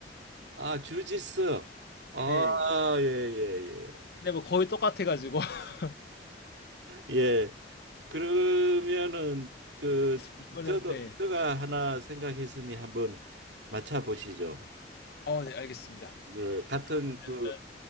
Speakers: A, on the right; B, on the left.
A: 아, 주짓수. 아,
B: 네.
A: 예, 예,
B: 근데 뭐 거의 똑같아 가지고 <laughs>
A: 예. 예. 그러면은 그
B: 이거는
A: 저도
B: 네.
A: 제가 하나 생각했으니 한번 맞춰 보시죠.
B: 어 네 알겠습니다.
A: 네, 같은
B: 그러면
A: 그